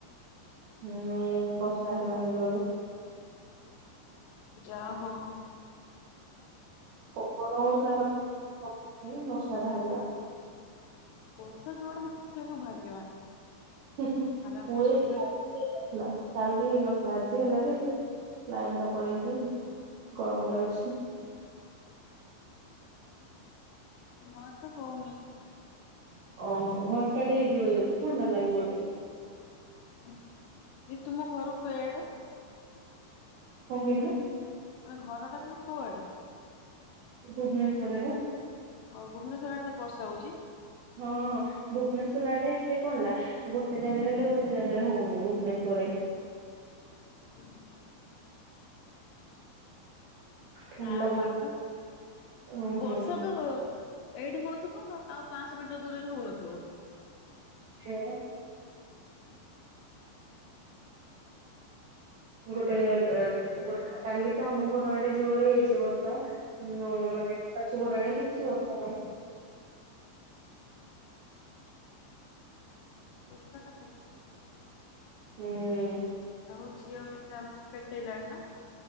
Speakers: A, on the right; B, on the left.
A: ନାଇଁ ବର୍ଷା ହେଲାଣି ଜୋରେ।
B: ଯା ହୋଉ।
A: ପବନ ହଉଥିଲା ଭାବ ବର୍ଷା ଟା ହେଲା।
B: ବର୍ଷା ଯୁଆଡା ହଉଛି ସେ ସବୁ ଭାଗ୍ୟବାନ।
A: ହୁଏନି
B: ଆରାମରେ ଶୋଇବେ।
A: <unintelligible> ହେଇ ନଥିଲା କାଲି ହେଇନଥିଲା ଆଜି ହେଲା ଯେ ଏଠି ଲାଇନ୍ ଟା ପଳେଇଚି। ଗରମ ଲାଗୁଛି।
B: ଆମ ଆଡେ ତ ହଉନି।
A: ଓ ହୋ ଘଣ୍ଟାଟେ ହେଇଯିବ ଯଦି ଥଣ୍ଡା ଲାଗିବ ଟିକେ।
B: ଦିଦି ତୁମ ଘର କୁଆଡେ?
A: କଣ କହିଲ?
B: ମାନେ ଘର ଟା ତୁମର କୁଆଡେ?
A: ଭୁବନେଶ୍ୱରରେ ବା।
B: ଓ ଭୁବନେଶ୍ୱର ଆଡେ ତାହେଲେ ବର୍ଷା ହଉଛି?
A: ହଁ- ହଁ ଭୁବନେଶ୍ଵର ଆଡେ ହେଲେ କଣ ହେଲା ଗୋଟେ ଜାଗାରେ ହେଲେ ଗୋଟେ ଜାଗାରେ ହଉନି ଭୁବନେଶ୍ୱରରେ।
B: ହୁଁ
A: ଥଣ୍ଡା
B: ନାଁ <unintelligible>
A: ବହୁ ଓହୋ।
B: ବର୍ଷା ତ ଏଇଠି ହଉଥିବ ଆଉ ପାଞ୍ଚଶହ ମିଟର ଦୂରରେ ହଉନ
A: ସେଇଆ ବା। ଗୋଟେ ଜାଗା କାଲି ତ ଆମ ଘର ଆଡେ ଜୋରେ ହେଇଛି ବର୍ଷା। ହୁଁ ମାନେ <unintelligible> ଘର ଆଡେ କିଛି ବର୍ଷା ନାହିଁ।
B: ବର୍ଷା ଟା ହେଲା ଯେ ଭଲ ଲାଗୁନି।
A: ହୁଁ।
B: ଆଉ ଝିଅ <unintelligible> ମାନେ ପେଟେଇଲାଣି ନା?